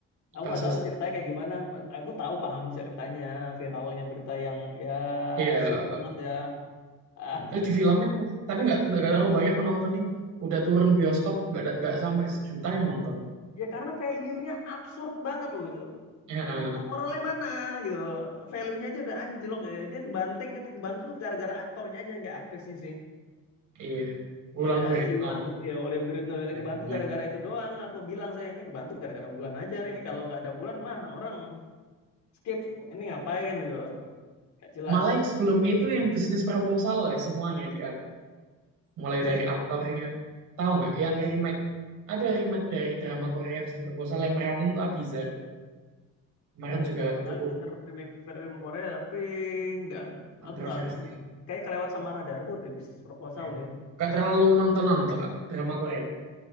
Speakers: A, on the left (about 70°); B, on the right (about 80°).
A: Aku
B: kasus
A: nggak tahu tuh ceritanya kayak gimana. Aku tahu paham ceritanya, viralnya berita yang ya
B: iya
A: absurd banget ya. Ah,
B: eh di filmin tapi nggak nggak
A: <laughs>
B: terlalu banyak penontonnya udah turun bioskop nggak ada- nggak sampai sejuta yang nonton
A: ya karena value-nya absurd banget loh.
B: ya eh,
A: Bukan moralnya mana gitu. Value-nya aja udah anjlok. Ya, Dia kebanting, kebantu tuh gara-gara aktornya aja nggak aktrisnya sih.
B: iya Wulan
A: Ya
B: Guritno
A: ada si Wulan, Gu- ya Wulan Guritno itu
B: ya
A: kebantu
B: benar
A: gara-gara itu doang. Aku bilang saya ini kebantu gara-gara Wulan aja nih. Kalau nggak ada Wulan mah orang skip ini ngapain gitu nggak jelas
B: Malah yang sebelum itu yang bisnis proposal lah semuanya di anu. Mulai
A: bisnis
B: dari
A: Stop
B: aktornya.
A: kan
B: Tahu nggak yang remake? Ada remake dari drama Korea bisnis proposal yang meranin tuh Abizar. Kemarin
A: aku
B: juga
A: berapa
B: cukup
A: kali denger remake film Korea tapi nggak
B: kontroversial.
A: aku nggak kayak kelewat sama radarku deh bisnis proposal
B: Kayak,
A: deh
B: Nggak terlalu nontonan loh Kak, drama Korea.